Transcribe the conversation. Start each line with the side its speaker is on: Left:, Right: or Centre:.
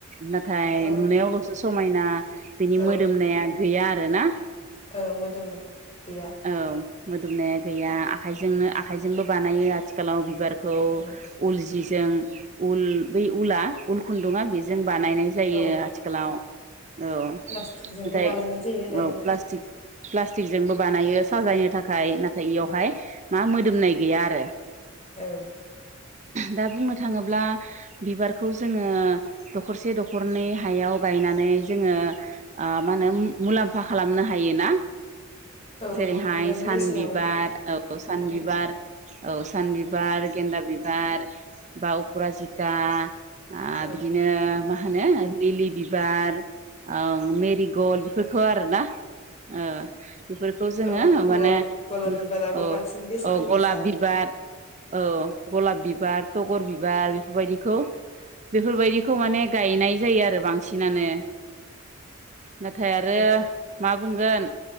Right: नाथाय
Left: औ
Right: नुनायावल'सो समायना बिनि मोदोमनाया
Left: औ
Right: गै <unintelligible> आरो ना
Left: औ मोदोमनो गैया
Right: औ मोदोमनाया गैआ। खाइजोंनो आखाइजोंबो बानायो आथिखालाव बिबार खौ
Left: उम
Right: उल जिजों उल बै उला उल खुन्दुङा बिजों बानायनाय जायो
Left: औ
Right: आथिखालाव औ
Left: प्लास्टिकजोंबो
Right: नाथाय
Left: बानायनाय जायो दानि
Right: औ प्लास्टिक प्लास्टिकजोंबो बानायो साजायनो थाखाय नाथाय इयावहाय मा मोदोमनाय गैया आरो।
Left: औ
Right: दा बुंनो थाङोब्ला बिबारखौ जोङो दखरसे दखरनै हायाव गायनानै जोङो ओ मा होनो मुलाम्फा खालामनो हायोना।
Left: औ
Right: जेरैहाय
Left: नंगौ बिबारनि
Right: सान
Left: बेसेनाबो
Right: बिबार औ सान
Left: उम
Right: बिबार। औ सान बिबार गेन्दा बिबार बा अफ्राजिता आ
Left: औ
Right: बि ओ मा होनो लिलि बिबार ओम मेरिगल्ड बेफोरखौ आरोना ओ बेफोरखौ जोङो
Left: औ
Right: माने
Left: गलाब गलाब बिबाराबो
Right: अ
Left: बांसिन बेसेन
Right: औ गलाब
Left: गोसा
Right: बिबार औ गलाब बिबार तगर बिब बार बेफोरबायदिखौ
Left: <inaudible>
Right: बेफोरबायदिखौ माने गायनाय जायो आरो बां सिनानो नाथाय आरो
Left: औ
Right: मा बुंगोन